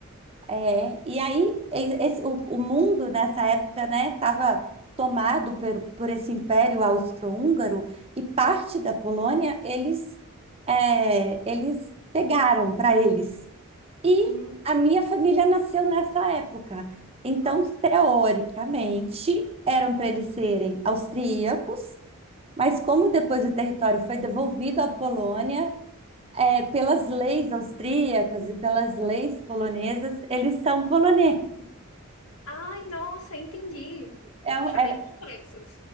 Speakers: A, on the right; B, on the left.
A: É, e aí e- esse- o, o mundo nessa época, né, estava tomado por, por esse Império Austro-Húngaro e parte da Polônia eles é, eles pegaram para eles. E
B: Hum,
A: a minha família nasceu nessa época. Então,
B: Nossa.
A: teoricamente, eram para eles serem austríacos, mas como depois o território foi devolvido à Polônia, é pelas leis austríacas e pelas leis polonesas, eles são poloneses.
B: Ai, nossa, entendi.
A: É
B: Puxa,
A: um-
B: bem
A: é-
B: complexo.